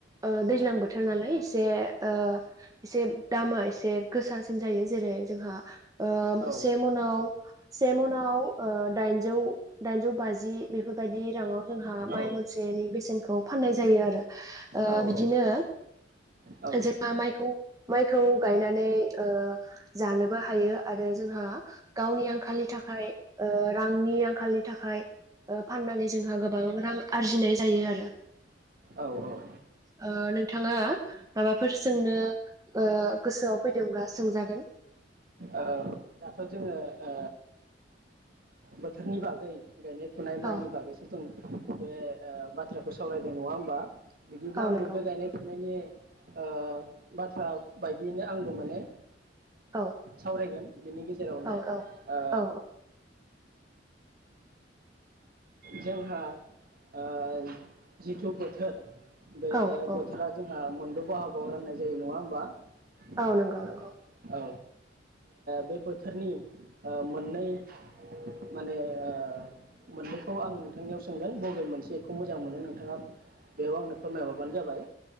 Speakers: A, on the right; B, on the right.
A: ओ दैज्लां बोथोर नालाय एसे ओ एसे दामा एसे गोसासिन जायो जेरै जोंहा
B: औ
A: से मनाव से मनाव ओ दाइन जौ दाइनजौ बाजि बेफोरबायाददि राङाव जोंहा माइ
B: औ
A: मनसेनि बेसेनखौ फाननाय जायो आरो ओ
B: औ
A: बिदिनो
B: औ
A: जोंहा माइखौ माइखौ गायनानै ओ जानोबो हायो आरो जों हा गावनि आंखालनि थाखाय ओ रांनि आंखालनि थाखाय ओ फाननानै जोंहा गोबां रां आरजिनाय जायो आरो
B: औ औ
A: ओ नोंथाङा माबाफोर सोंनो ओ गोसोआव फैदोंब्ला सोंजागोन
B: ओ दाथ' जोङो ओ बोथोरनि बागै गायनाय फुनाय माइनि
A: औ
B: बागैसो जों बे ओ बाथ्राखौ सावरायदों नङा होमबा बिदिब्ला
A: औ
B: आंबो
A: नंगौ
B: बे गायनाय फुनायनि ओ बाथ्रा बायदियैनो आंबो माने
A: औ
B: सावरायगोन बिनि गेजेरावनो
A: औ औ
B: ओ
A: औ
B: जोंहा ओ जिथु बोथोर बे
A: औ औ
B: बोथोरा जोंहा मोन द' बाहागोआव राननाय जायो नङा होमबा
A: औ
B: ओ
A: नंगौ नंगौ
B: औ बे बोथोरनि ओ मोननै माने ओ मोननैखौ आं नोंथांनियाव सोंगोन बबे मोनसेखौ मोजां मोनो नोंथाङा बेयाव आंनो फोरमायहरबानो जाबाय